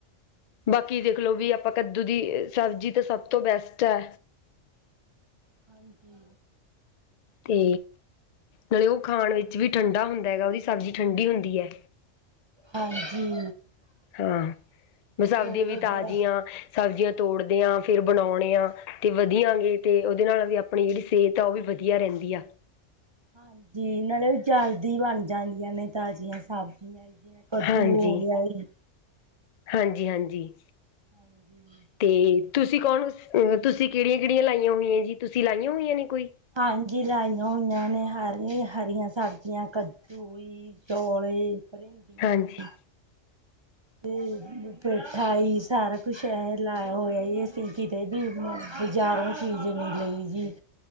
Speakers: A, on the left; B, on the right.
A: ਬਾਕੀ ਦੇਖਲੋ ਵੀ ਆਪ ਓ ਕੱਦੂ ਦੀ ਸਬਜ਼ੀ ਤਾਂ ਸਭ ਤੋਂ ਬੈਸਟ ਐ।
B: ਹਾਂਜੀ।
A: ਤੇ ਨਾਲੇ ਉਹ ਖਾਣ ਵਿੱਚ ਵੀ ਠੰਢਾ ਹੁੰਦਾ ਹੈਗਾ, ਉਹਦੀ ਸਬਜ਼ੀ ਠੰਡੀ ਹੁੰਦੀ ਆ।
B: ਹਾਂਜੀ।
A: ਹਾਂ ਤੇ ਸਬਜ਼ੀਆਂ
B: ਬਹੁਤ
A: ਵੀ
B: ਵਧੀਆ
A: ਤਾਜ਼ੀਆ, ਸਬਜ਼ੀਆਂ ਤੋੜਦੇ ਆ ਫਿਰ ਬਣਾਉਣੇ ਆ। ਤੇ ਵਧੀਆਂ ਐਗੇ ਤੇ ਉਹਦੇ ਨਾਲ ਵੀ ਆਪਣੀ ਜਿਹੜੀ ਸਿਹਤ ਆ ਉਹ ਵੀ ਵਧੀਆ ਰਹਿੰਦੀ ਆ।
B: ਹਾਂਜੀ, ਨਾਲੇ ਓ ਜਲਦੀ ਬਣ ਜਾਂਦੀਆਂ ਨੇ ਤਾਜ਼ੀਆਂ ਸਬਜ਼ੀਆਂ ਕੱਦੂ
A: ਹਾਂਜੀ,
B: ਹੋ ਗਿਆ ਜੀ
A: ਹਾਂਜੀ- ਹਾਂਜੀ।
B: ਹਾਂਜੀ।
A: ਅਤੇ ਤੁਸੀਂ ਕੌਣ ਓ ਤੁਸੀਂ ਕਿਹੜੀਆਂ- ਕਿਹੜੀਆਂ ਲਾਈਆਂ ਹੋਈਆਂ ਜੀ, ਤੁਸੀਂ ਲਾਈਆਂ ਹੋਈਆਂ ਨੇ ਕੋਈ
B: ਹਾਂਜੀ ਲਾਈਆਂ ਹੋਈਆਂ ਨੇ ਹਰੀ ਹਰੀਆਂ ਸਬਜ਼ੀਆਂ ਕੱਦੂ ਤੋਲੇ, ਪਰਿੰਡੀਆਂ
A: ਹਾਂਜੀ
B: ਜੀ ਤੇ ਪੇਠਾ ਜੀ ਸਾਰਾ ਕੁੱਛ ਏ ਲਾਇਆ ਹੋਇਆ ਜੀ, ਅਸੀਂ ਕਿਤੇ ਵੀ ਬਜਾਰੋਂ ਚੀਜ਼ ਨਈ ਲਈ ਜੀ।